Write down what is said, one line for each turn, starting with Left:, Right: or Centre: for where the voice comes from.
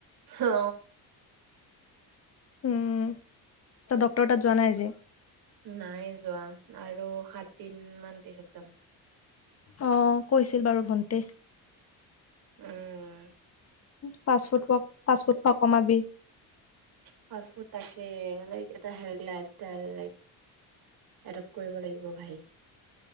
Right: অ
Left: উম ত ডক্টৰ তাত যোৱা নাই যে
Right: নাই যোৱা আৰু সাতদিন মান পিছত যাম।
Left: অ কৈছিল বাৰু ভণ্টি
Right: উম,
Left: ফাষ্ট ফুড, ক ফাষ্ট ফুড খোৱা কমাবি।
Right: ফাষ্ট ফুড তাকে লাইক এটা হেলডি লাইফষ্টাইল লাইক এডপট কৰিব লাগিব ভাই।